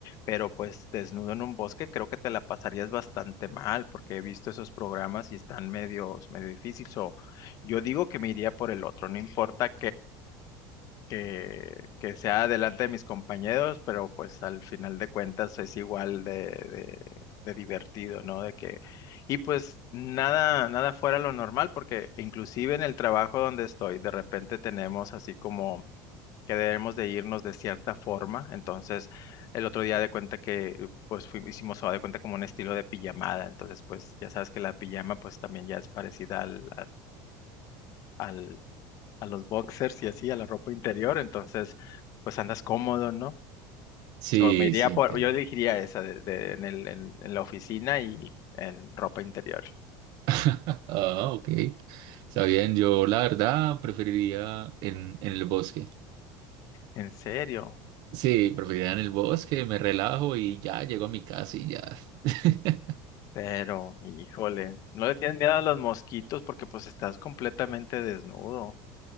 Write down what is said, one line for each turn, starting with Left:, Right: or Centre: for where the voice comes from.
Left: pero pues desnudo en un bosque, creo que te la pasarías bastante mal, porque he visto esos programas y están medios, medio difíciles. O yo digo que me iría por el otro, no importa que, que sea delante de mis compañeros, pero pues al final de cuentas es igual de, de, de divertido, ¿no? De que, y pues nada, nada fuera lo normal, porque inclusive en el trabajo donde estoy, de repente tenemos así como que debemos de irnos de cierta forma, entonces el otro día de cuenta que pues fui- hicimos o de cuenta como un estilo de pijamada, entonces pues ya sabes que la pijama pues también ya es parecida al, al, a los boxers y así, a la ropa interior, entonces pues andas cómodo, ¿no?
Right: Sí,
Left: So, me iría
Right: sí,
Left: por,
Right: te-
Left: yo elegiría esa de, de- en el, en, en la oficina y en ropa interior.
Right: <laughs> Ah, ok. Está bien, yo la verdad preferiría en, en el bosque.
Left: En serio,
Right: Sí, preferiría en el bosque, me relajo y ya llego a mi casa y ya. <laughs>
Left: pero híjole, ¿no le tienes miedo a los mosquitos porque pues estás completamente desnudo?